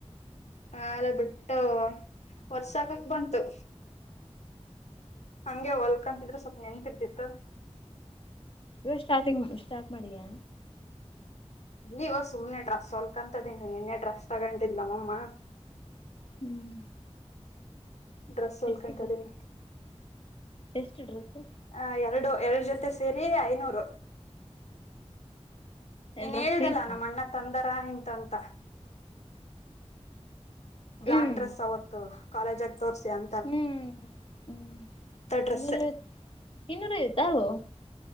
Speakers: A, on the left; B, on the left.
A: ಆಲೆ ಬಿಟ್ಟು ವರ್ಸಾಕಕ್ ಬಂತು. ಹಂಗೆ ಹೊಲ್ಕಂತಿದ್ರೆ ಸ್ವಲ್ಪ ನೆನಪಿರ್ತಿತ್ತು.
B: ಇವ ಸ್ಟಾರ್ಟಿಂಗ್ ಸ್ಟಾರ್ಟ್ ಮಾಡಿಯಾ.
A: <unintelligible> ಸುಮ್ಮನೆ ಡ್ರೆಸ್ ಹೊಲ್ಕಂತದೇ ನೀನು ಏನೇ ಡ್ರೆಸ್ ತಗಂಡತ್ತಿದ್ಲು ನಮಮ್ಮ.
B: ಹ್ಮ್.
A: ಡ್ರೆಸ್ ಹೋಲ್ಕೊಂತದೀನಿ.
B: ಎಷ್ಟು ಎಷ್ಟು ಡ್ರೆಸ್ಸು.
A: ಆ ಎರಡು ಎರಡು ಜೊತೆ ಸೇರಿ ಐನೂರು. ನೀನ್
B: ಡ್ರೆಸ್
A: ಹೇಳ್ದಲ್ಲ
B: ಪೀಸಾ
A: ನಮ್ಮ ಅಣ್ಣ ತಂದರ ಅಂತಂತ. ಬ್ಲ್ಯಾಕ್
B: ಹ್ಮ್
A: ಡ್ರೆಸ್ ಅವತ್ತು ಕಾಲೇಜಾಗ ತೋರ್ಸಿ ಅಂ.
B: ಹ್ಮ್ ಹ್ಮ್
A: ಡ್ರೆಸ್
B: ಇನ್ನೂರ ಐವತ್ತ ಇನ್ನೂರ ಐವತ್ತಾ ಅವು. <inaudible>